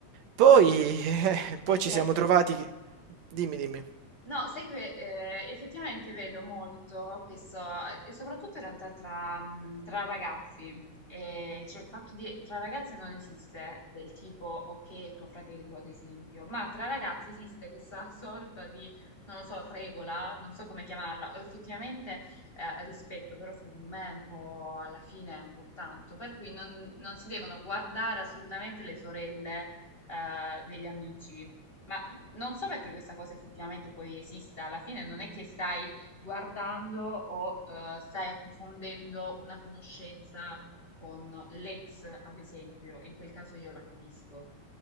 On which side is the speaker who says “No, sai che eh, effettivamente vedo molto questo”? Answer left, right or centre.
Left